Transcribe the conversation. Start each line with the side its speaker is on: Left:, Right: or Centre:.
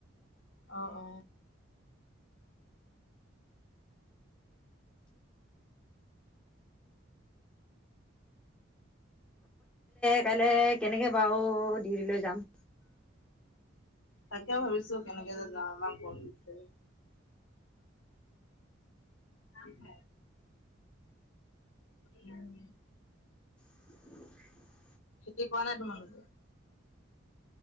Left: অ অ উ
Centre: কাইলে কেনেকে বাৰু ডৰি লৈ যাম
Left: তাকে ভাবিছো কেনেকে যে যাওঁ আমাক গম দিছে অ উম
Centre: <inaudible>
Left: খেতি কৰাোৱা নাই তোমালোকে